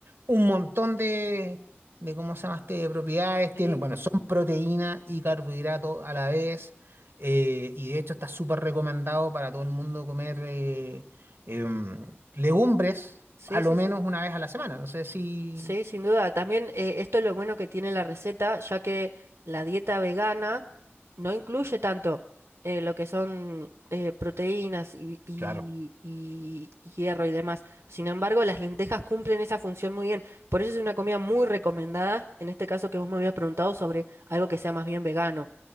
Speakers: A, on the right (about 55°); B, on the right (about 75°).
A: un montón de, de ¿cómo se llama este? propiedades.
B: Sí.
A: Tienen, bueno, son proteína y carbohidrato a la vez. eh, y de hecho está súper recomendado para todo el mundo comer eh, em, legumbres
B: Sí,
A: a lo
B: sí,
A: menos
B: sí.
A: una vez a la semana. No sé si...
B: Sí, sin duda. También eh, esto es lo bueno que tiene la receta, ya que la dieta vegana no incluye tanto eh, lo que son eh, proteínas y, vi- y-
A: Claro.
B: y- y hierro y demás. Sin embargo, las lentejas cumplen esa función muy bien. Por eso es una comida muy recomendada, en este caso que vos me habías preguntado sobre algo que sea más bien vegano.